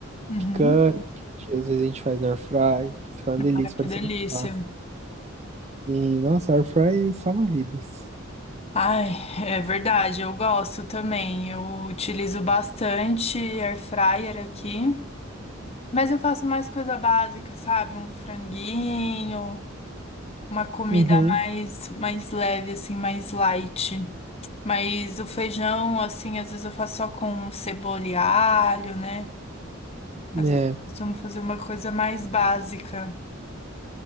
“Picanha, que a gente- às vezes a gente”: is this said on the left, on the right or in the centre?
Right